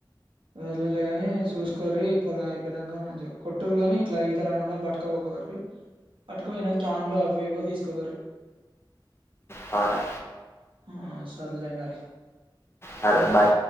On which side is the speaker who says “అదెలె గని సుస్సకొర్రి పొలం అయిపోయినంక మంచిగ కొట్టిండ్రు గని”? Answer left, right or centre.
Right